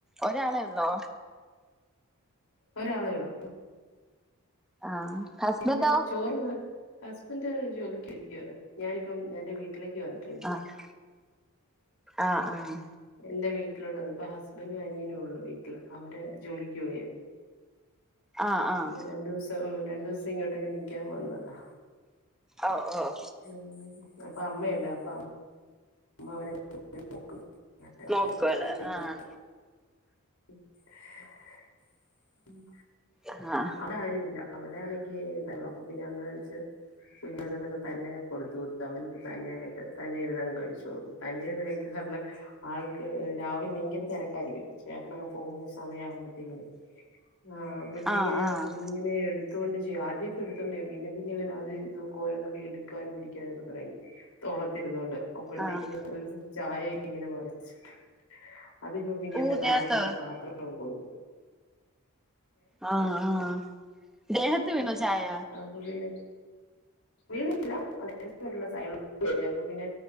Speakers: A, in the centre; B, on the left.
A: ഒരാളെ ഒള്ളോ
B: ഒരാളെ ഒള്ളൂ
A: ആഹ് ഹസ്ബന്റോ
B: പിന്നെ ചോറ് ഹസ്ബന്റ് ജോലിക്ക് പോയിരിക്യവാ ഞാനിപ്പം ഞാന്റെ വീട്ടിലേക്ക് വന്ന്
A: ആഹ് ആഹ് ആഹ്
B: എന്റെ വീട്ടിലോട്ട് വന്നു ഇപ്പ ഹസ്ബന്ഡും അനിയനൊള്ളു വീട്ട്ല് അവര് ജോലിക്ക് പോയേ
A: ആഹ് ആഹ്
B: രണ്ടുസം രണ്ടുസം ഇങ്ങോട്ടേക്ക് നിക്കാൻ വന്നതാ
A: ഔ ഓഹ്
B: ഉം അപ്പ അമ്മയ്ണ്ട് അപ്പ അമ്മ അവരെ <unintelligible>
A: നോക്കുവല്ലേ ആഹ്
B: <inaudible> ഉം
A: ആഹ്
B: അവടെ ആരു ഇല്ല അവടാണെങ്കി ബെഹളം അപ്പൊ പിന്നെ അങ്ങനെ വെച്ച് പിന്നെ <unintelligible> തന്നെ കൊടുത്തു കൊട്ത്ത് അവൻക്ക് തന്നെ ആയിട്ട് തന്നെ ഇര്ന്നങ്ങ് കഴി ച്ചോളും തന്നെ ഇര്ന്ന് കഴിക്കാ പറഞ്ഞാ ആൾക്ക് രാവിലെ ഭയങ്കര തെരക്കാരിക്കും ചേട്ടനങ്ങ് പോക്ന്ന സമയാ ബത്തിന് ആഹ് അപ്പഴ്ത്തേക്കിന്
A: ആഹ് ആഹ്
B: കു ഇങ്ങനെ എട്ത്തോണ്ട് ചെയ്യും ആദ്യക്കെ എട്ത്തോണ്ട് ചെയ്യും പിന്നെ പിന്നെ ഇവന് അത് ഇത് ഒക്കെ ഓരൊന്നൊക്കെ എട്ക്കാനും പിടിക്കാനൊക്കെ തൊടങ്ങി തൊളത്തിര്ന്നൊണ്ട് അപ്പഴ്ത്തേക്കിന്
A: ആഹ്
B: ഒരൂസം ചായക്കെ ഇങ്ങനെ മറിച്ച്ട്ട് അതി പിന്നെ
A: ഊ ദേഹത്തോ
B: താഴെ ഇര്ത്തി പാത്രങ്ങ് കൊട്ക്കും
A: ആഹ് ആഹ് ദേഹത്ത് വീണോ ചായ
B: അപ്പ പിന്നെ വീണില്ലാ <unintelligible> സൈഡി <unintelligible> അപ്പ പിന്നെ